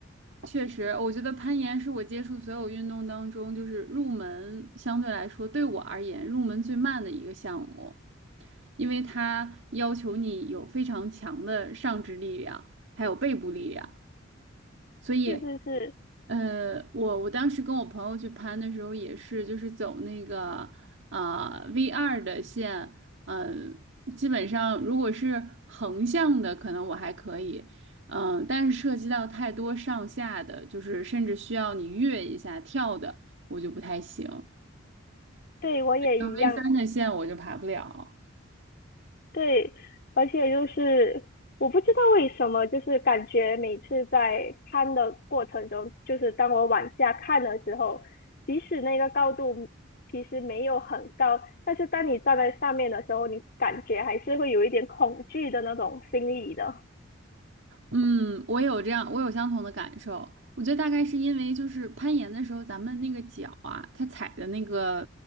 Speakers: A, on the right (about 65°); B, on the left (about 50°).
A: 确实，我觉得攀岩是我接触所有运动当中，就是入门相对来说对我而言入门最慢的一个项目，因为它要求你有非常强的上肢力量，还有背部力量。所以，
B: 是是是。
A: 呃，我我当时跟我朋友去攀的时候，也是就是走那个啊、V 二的线，呃，基本上如果是横向的，可能我还可以，嗯、但是涉及到太多上下的，就是甚至需要你跃一下跳的，我就不太行。
B: 对，我也一样。
A: 那 V 三的线我就爬不了。
B: 对，而且就是我不知道为什么，就是感觉每次在攀的过程中，就是当我往下看的时候，即使那个高度其实没有很高，但是当你站在上面的时候，你感觉还是会有一点恐惧的那种心理的。
A: 嗯，我有这样，我有相同的感受。我觉得大概是因为就是攀岩的时候，咱们那个脚啊，它踩的那个，